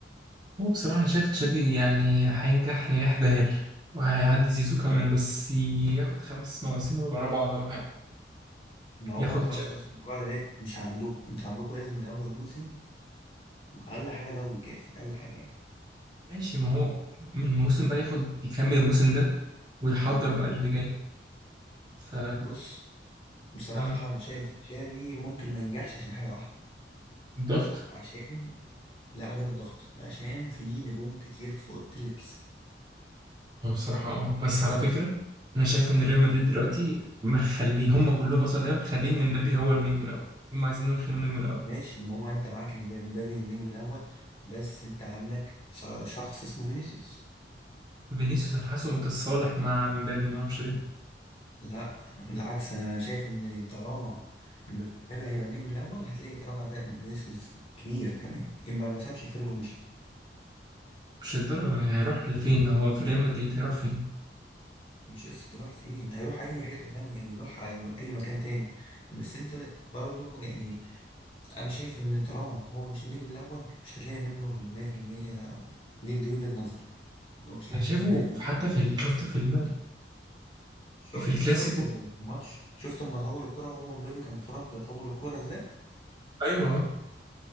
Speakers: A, on the right (about 25°); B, on the left (about 35°).
A: هو بصراحه انا شايف تشابي يعني هينجح نجاح باهر وهيعدي زيزو كمان بس ياخد خمس مواسم ورا بعض ولا حاجه
B: ما هو
A: ياخد
B: خمس مواسم ورا بعض ديت مش عندكم انت عندكم لازم من اول موسم اقل حاجه دوري وكاس اقل حاجه يعني
A: ماشي ما هو من الموسم بقى ياخد يكمل الموسم ده ويحضر بقى اللي جاي ف
B: بص بصراحه
A: آه،
B: انا شايف تشافي ممكن ما ينجحش عشان حاجه واحده
A: الضغط
B: عشان لا غير الضغط عشان في نجوم كتير في اوضه اللبس
A: هو بصراحة اه بس على فكرة أنا شايف إن ريال مدريد دلوقتي مخليه هم كلهم أصلا لعيبة مخلين إمبابي هو النجم الأول هم عايزين يخلوا النجم الأول
B: ماشي ما هو انت معاك إن مبابي النجم الاول بس انت عندك ش- شخص اسمه فينيسيوس
A: فينيسيوس الحاسه متصالح مع إمبابي ما أعرفش ليه
B: لا بالعكس انا شايف ان طالما مبابي هيبقى النجم الاول هتلاقي تراجع ده من فينيسيوس كبير كمان اما ما سابش الفريق ومشي
A: مش الدرجة يعني هيروح لفين هو في ريال مدريد هيروح فين
B: مش قصة يروح فين هيروح أي حتة تانية يعني يروح أي مكان تاني بس أنت برضو يعني أنا شايف إن طالما هو مش النجم الأول مش هتلاقي منه المية في المية دي دي وجهة نظري لو مش لاقي
A: أنا شايفه
B: منه المية في المية
A: حتى
B: بتاعتي.
A: في ال- شفت في ال...
B: شفت
A: في الكلاسيكو
B: شفت الماتش شفت لما طول الكرة هو ومبابي كان انفراد ده طول الكرة ازاي
A: أيوه آه.